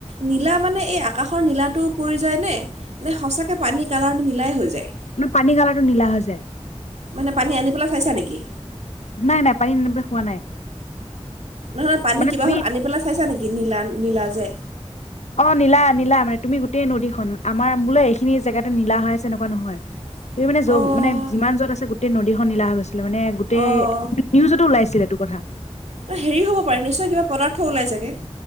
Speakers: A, on the right; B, on the left.
A: নীলা মানে এই আকাশৰ নীলাটো পৰি যায়নে নে সঁচাকৈ পানী কালাৰটো নিলাই হৈ যায়
B: ন পানী কালাৰটো নীলা হৈ যায়
A: মানে পানী আনি পেলাই খাইছা নেকি
B: নাই নাই পানী এব খোৱা নাই
A: নহয় পানী
B: মানে
A: কিবা
B: তুমি
A: হত আনি পেলাই চাইছা নেকি নীলা নীলা যে
B: অ নীলা নীলা মানে তুমি গোটেই নদীখন আমাৰ মোলৈ এইখিনি জেগাতে নলা হৈ আছে এনেকুৱা নহয়
A: <unintelligible>
B: তুমি মানে য
A: অঁ
B: মানে যিমান য'ত আছে গোটেই নদীখন নীলা হৈ গৈছিলে মানে গোটেই
A: অঁ
B: নিউজতো ওলাইছিল এইটো কথা
A: অ হেৰি হ'ব পাৰে নিশ্চয় কিবা পদাৰ্থ ওলাই চাগে,